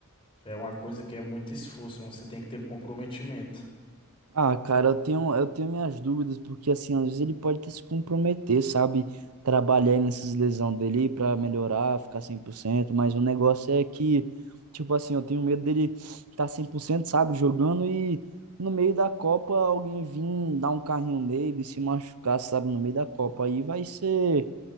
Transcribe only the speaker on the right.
Ah, cara, eu tenho, eu tenho minhas dúvidas, porque assim, às vezes ele pode até se comprometer, sabe? Trabalhar nessas lesões dele pra melhorar, ficar cem por cento mas o negócio é que, tipo assim, eu tenho medo dele estar cem por cento sabe? Jogando e no meio da Copa alguém vir dar um carrinho nele, se machucar, sabe? No meio da Copa. Aí vai ser,